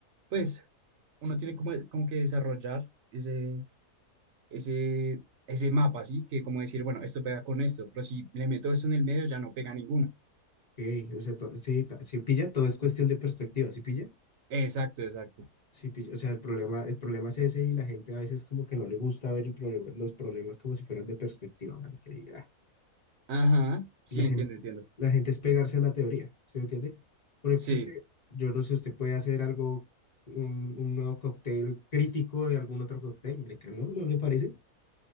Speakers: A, on the right; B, on the left.
A: pues uno tiene como, como que desarrollar ese, ese, ese mapa, ¿sí? Que como decir, bueno, esto pega con esto, pero si le meto esto en el medio ya no pega ninguno.
B: ok, o sea, to- sí, ta- sí pilla, todo es cuestión de perspectiva, ¿sí pilla?
A: Exacto, exacto.
B: Sí, pi- o sea, el problema, el problema es ese y la gente a veces como que no le gusta ver el problema, los problemas como si fueran de perspectiva, marica, y, ah,
A: Ajá, sí,
B: la gente,
A: entiendo, entiendo.
B: la gente es pegarse a la teoría, ¿se me entiende? Por ejemplo,
A: Sí,
B: usted- yo no sé, usted puede hacer algo, un, un nuevo cóctel crítico de algún otro cóctel, marica, ¿no? ¿No le parece?